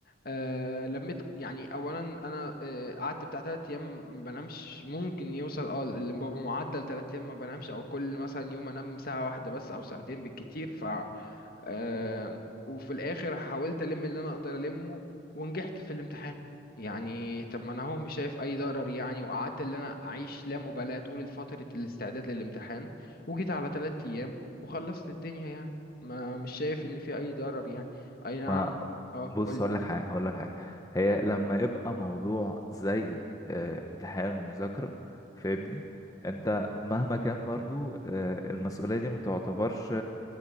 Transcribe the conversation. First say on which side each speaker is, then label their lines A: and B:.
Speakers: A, on the left (about 55°); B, on the left (about 20°).
A: آه لميت يعني اولا انا آه قعدت بتاع تلات ايام ما بنامش ممكن يوصل اه ل- بمعدل تلات ايام ما بنامش او كل مثلا يوم انام ساعه واحده بس او ساعتين بالكتير آه، وفي الاخر حاولت الم اللي انا اقدر المه ونجحت في الامتحان يعني طب ما انا هو مش شايف اي ضرر يعني وقعدت اللي انا اعيش لا مبالاة طول فترة الاستعداد للامتحان وجيت على تلات ايام وخلصت الدنيا يعني ما مش شايف ان في اي ضرر يعني اي نعم
B: ما
A: اه
B: بص
A: قولي
B: هقول لك حاجه هقول لك حاجه هي لما يبقى موضوع زي آه، امتحان ومذاكره فاهمني انت
A: مم.
B: مهما كان برضو آه، المسؤوليه دي ما تعتبرش